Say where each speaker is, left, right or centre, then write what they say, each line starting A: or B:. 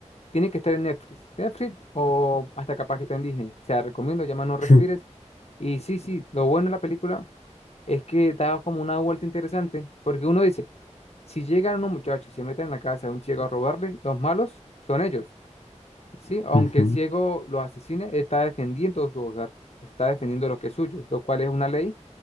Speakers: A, on the left (about 55°); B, on the left (about 80°).
A: Tiene que estar en Netflix. Netflix o hasta capaz que está en Disney. Se la recomiendo, llama No Respires.
B: <laughs> ujú.
A: Y sí, sí, lo bueno de la película es que da como una vuelta interesante, porque uno dice, si llegan unos muchachos y se meten en la casa de un ciego a robarle, los malos son ellos. Sí, aunque
B: ujú.
A: el ciego lo asesine, está defendiendo su hogar, está defendiendo lo que es suyo, lo cual es una ley